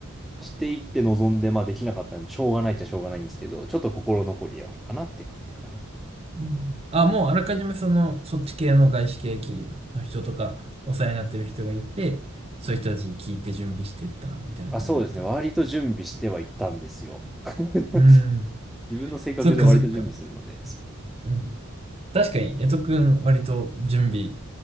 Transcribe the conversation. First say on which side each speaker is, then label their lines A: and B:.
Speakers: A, in the centre; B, on the right (about 25°).
A: していって望んで、まあできなかったらしょうがないっちゃしょうがないんですけど、ちょっと心残りではあるかなって感じですかね。
B: うんあ、もうあらかじめその、そっち系の外資系金融の人とか、お世話になってる人がいて、そういう人たちに聞いて準備していった、みたいな感じだったんだ。
A: あ、そうですね。割と準備してはいったんですよ。<laughs>
B: うん。
A: 自分の性格上割と準備するので、
B: そっかそっか。
A: そう。
B: うん。確かに、江戸くん割と準備